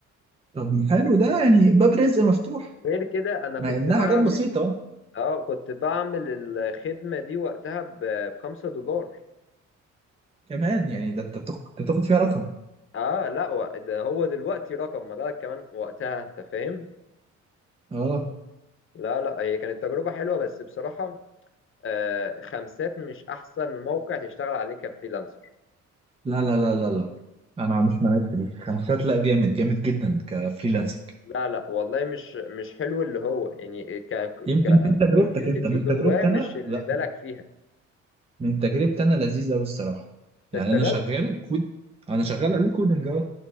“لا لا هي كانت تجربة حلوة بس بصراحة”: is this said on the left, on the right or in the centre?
Left